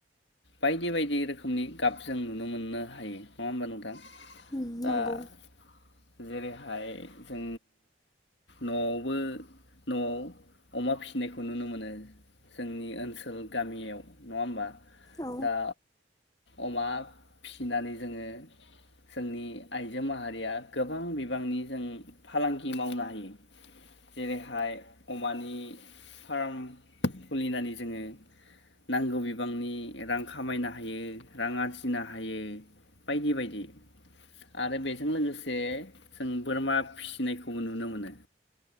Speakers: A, on the left (about 70°); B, on the left (about 20°).
A: बायदि बायदि रोखोमनि गाब जों नुनो मोननो हायो नङा होमबा नोंथां?
B: उम
A: दा
B: नांगौ।
A: जेरैहाय जों न'आवबो न' आव अमा फिनायखौ नुनो मोनो जोंनि ओनसोल गामियाव नङा होमबा?
B: औ
A: दा अमा फिनानै जोङो जोंनि आइजो माहारिया गोबां बिबांनि जों फालांगि मावनो हायो जेरैहाय अमानि फार्म खुलिनानै जोङो नांगौ बिबांनि रां खामायनो हायो रां आरजिनो हायो बायदि बायदि आरो बेजों लोगोसे जों बोरमा फिसिनायखौबो नुनो मोनो।